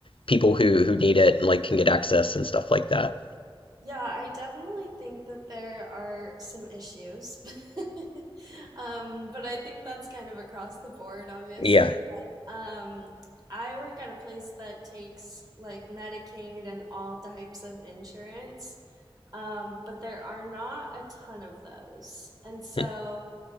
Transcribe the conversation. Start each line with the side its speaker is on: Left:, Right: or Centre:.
Left: people who who need it and like can get access and stuff like that?
Right: Yeah, I definitely think that there are some issues. <laughs> Um, but I think that's kind of across the board, obviously.
Left: Yeah.
Right: But um, I work at a place that takes like Medicaid and all types of insurance. Um, but there are not a ton of those. And so,
Left: Hmm.